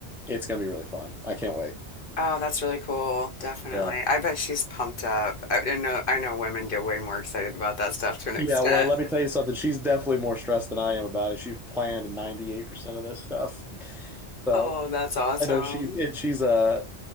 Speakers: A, in the centre; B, on the left.
A: it's gonna be really fun. I can't wait.
B: Oh, that's really cool. Definitely.
A: Yeah.
B: I bet she's pumped up. I, I know I know women get way more excited about that stuff to an extent.
A: Yeah, well, let me tell you something. She's definitely more stressed than I am about it. She's planned 98% of this stuff. So
B: Oh, that's awesome.
A: I know she's and she's uh